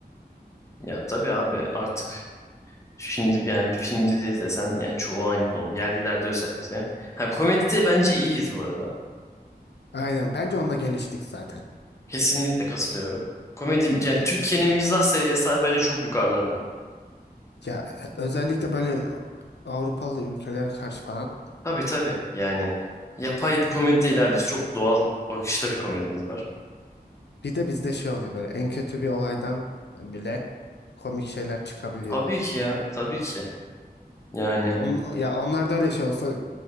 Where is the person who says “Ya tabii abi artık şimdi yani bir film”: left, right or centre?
Left